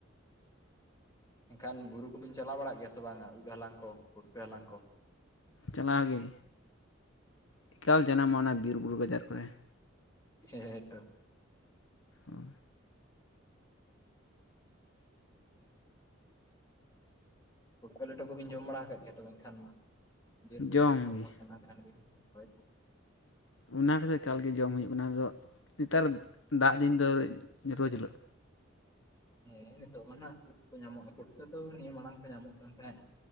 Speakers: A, on the left; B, on the left.
A: ᱮᱱᱠᱷᱟᱱ ᱵᱩᱨᱩ ᱠᱩᱵᱤᱱ ᱪᱟᱞᱟᱣ ᱵᱟᱲᱟᱜ ᱜᱮᱭᱟ ᱥᱮ ᱵᱟᱝᱟ ᱩᱫ ᱦᱟᱞᱟᱝ ᱠᱚ ᱯᱩᱴᱠᱟᱹ ᱦᱟᱞᱟᱝ ᱠᱚ?
B: ᱪᱟᱞᱟᱣ ᱜᱮ, ᱮᱠᱟᱞ ᱡᱟᱱᱟᱢᱚᱜᱼᱟ ᱚᱱᱟ ᱵᱤᱨᱼᱵᱩᱨᱩ ᱜᱟᱡᱟᱨ ᱠᱚᱨᱮ᱾
A: ᱦᱮᱸᱛᱚ᱾
B: ᱚᱭ
A: ᱯᱩᱴᱠᱟᱹ ᱞᱮᱴᱚ ᱠᱚᱵᱤᱱ ᱡᱚᱢ ᱵᱟᱲᱟᱣ ᱠᱟᱜ ᱜᱮᱭᱟ ᱛᱚᱵᱮ ᱮᱱᱠᱷᱟᱱ ᱢᱟ ᱵᱤᱨᱼᱵᱩᱨᱩ
B: ᱡᱚᱢ
A: ᱫᱤᱥᱚᱢ
B: ᱜᱮ
A: ᱦᱚᱲ ᱠᱟᱱᱟ ᱠᱷᱟᱱ ᱵᱤᱱ? ᱦᱳᱭ
B: ᱚᱱᱟ ᱠᱚᱫᱚ ᱮᱠᱟᱞ ᱜᱮ ᱡᱚᱢ ᱦᱩᱭᱩᱜ ᱠᱟᱱᱟ ᱟᱫᱚ ᱱᱮᱛᱟᱨ ᱫᱟᱜ ᱫᱤᱱ ᱫᱚ ᱨᱳᱡᱽ ᱦᱤᱞᱳᱜ᱾
A: ᱦᱮᱸ ᱱᱤᱛᱚᱜ ᱢᱟ ᱱᱟᱦᱜ ᱩᱫ ᱠᱚ ᱧᱟᱢᱚᱜ ᱯᱩᱴᱠᱟᱹ ᱛᱚ ᱱᱤᱭᱟᱹ ᱢᱟᱲᱟᱝ ᱠᱚ ᱧᱟᱢᱚᱜ ᱠᱟᱱ ᱛᱟᱦᱮᱸᱜ᱾